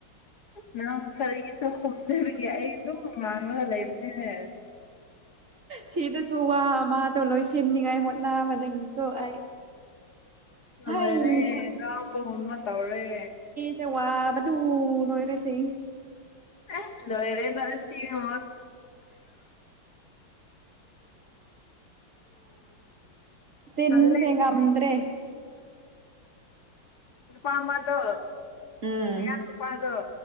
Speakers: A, on the left; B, on the right.
A: ꯅꯪ ꯀꯔꯤꯁꯨ ꯈꯨꯝꯗꯕꯒꯤ ꯑꯩ ꯑꯗꯨꯝ ꯉꯥꯡꯂꯒ ꯂꯩꯕꯅꯤꯅꯦ
B: ꯁꯤꯗꯁꯨ ꯋꯥ ꯃꯥꯗꯣ ꯂꯣꯏꯁꯤꯟꯅꯤꯉꯥꯏ ꯍꯣꯠꯅꯕꯗꯒꯤꯀꯣ ꯑꯩ
A: ꯍꯣꯏꯔꯦ
B: ꯍꯩ ꯍꯥ
A: ꯅꯥꯎꯄꯒꯨꯝꯕꯥ ꯇꯧꯔꯦ
B: ꯁꯦ ꯋꯥꯕꯗꯨ ꯂꯣꯏꯔꯦ ꯆꯦꯡ
A: ꯑꯁ ꯂꯣꯏꯔꯦꯗ ꯁꯤ <unintelligible>
B: ꯆꯤꯟꯁꯦ
A: ꯇꯜꯂꯦ
B: ꯉꯝꯗ꯭ꯔꯦ
A: ꯎꯝ ꯅꯨꯄꯥ ꯑꯃꯗꯣ
B: ꯎꯝ
A: ꯃꯌꯥꯡ ꯅꯨꯄꯥꯗꯣ